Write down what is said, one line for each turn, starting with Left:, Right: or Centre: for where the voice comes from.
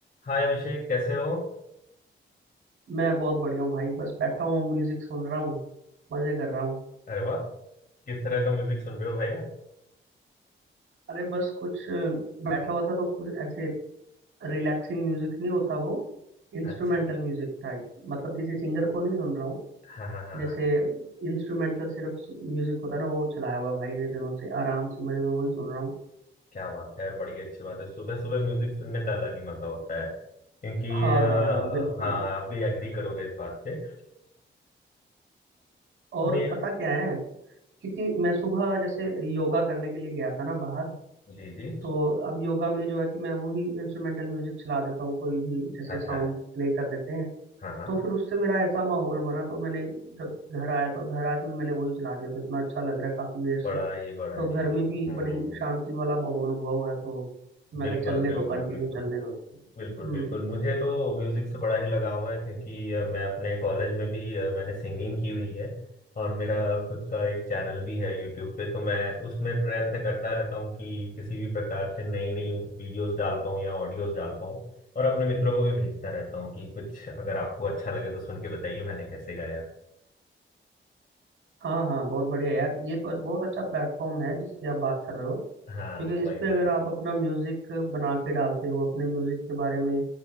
Left: हाय अभिषेक कैसे हो
Right: मैं बहुत बढ़िया हूँ भाई बस बैठा हूँ म्यूजिक सुन रहा हूँ मजे कर रहा हूँ
Left: अरे वाह किस तरह का म्यूजिक सुन रहे हो भैया
Right: अरे बस कुछ अ, बैठा हुआ था तो कुछ ऐसे रिलैक्सिंग म्यूजिक नहीं होता वो इंस्ट्रूमेंटल
Left: अच्छा
Right: म्यूजिक टाइप मतलब किसी सिंगर को नहीं सुन रहा हूँ
Left: हाँ हाँ हाँ
Right: जैसे
Left: हाँ
Right: इंस्ट्रूमेंटल सिर्फ म्यूजिक होता है ना वो चलाया हुआ भाई ये दिनों से आराम से मजे में वही सुन रहा हूँ
Left: क्या बात है यार बड़ी अच्छी बात है सुबह सुबह म्यूजिक सुनने का अलग ही मजा होता है क्योंकि
Right: हाँ
Left: अ,
Right: हाँ हाँ बिल्कुल
Left: हाँ
Right: बिल्कुल
Left: आप भी एग्री करोगे इस बात पे
Right: और
Left: मेर
Right: पता क्या है क्योंकि मैं सुबह जैसे योगा करने के लिए गया था ना बाहर
Left: जी जी
Right: तो अब योगा में जो है कि मैं वही इंस्ट्रूमेंटल म्यूजिक चला देता हूँ कोई भी जैसे
Left: अच्छा
Right: साउंड प्ले कर देते हैं
Left: हाँ हाँ
Right: तो फिर उससे मेरा ऐसा माहौल बना तो मैंने जब घर आया तो घर आके भी मैंने वही चला दिया तो इतना अच्छा लग रहा है काफी देर
Left: बड़ा
Right: से
Left: ही बड़ा
Right: तो
Left: ही
Right: घर में भी
Left: हम्म
Right: बड़ी
Left: हम्म हम्म
Right: शांति वाला माहौल हुआ हुआ है तो मैं
Left: बिल्कुल
Right: कहा चलने
Left: बिल्कुल
Right: दो कंटिन्यू
Left: बिल्कुल
Right: चलने दो
Left: बिल्कुल
Right: हम्म
Left: बिल्कुल मुझे तो म्यूज़िक से बड़ा ही लगाव है क्योंकि अ, मैं अपने कॉलेज में भी अ, मैंने सिंगिंग की हुई है और मेरा खुद का एक चैनल भी है यूट्यूब पे तो मैं उसमें प्रयत्न करता रहता हूँ कि किसी भी प्रकार से नई नई वीडियोस डाल पाऊँ या ऑडियोस डाल पाऊँ और अपने मित्रों को भी भेजता रहता हूँ कि कुछ अगर आपको अच्छा लगे तो सुन के बताइए मैंने कैसे गाया
Right: हाँ हाँ बहुत बढ़िया यार ये तो बहुत अच्छा प्लेटफॉर्म है जिसकी आप बात कर रहे हो
Left: हाँ
Right: क्योंकि
Left: वही
Right: इस पे
Left: वही
Right: अगर आप अपना म्यूजिक बना के डालते हो अपने म्यूजिक के बारे में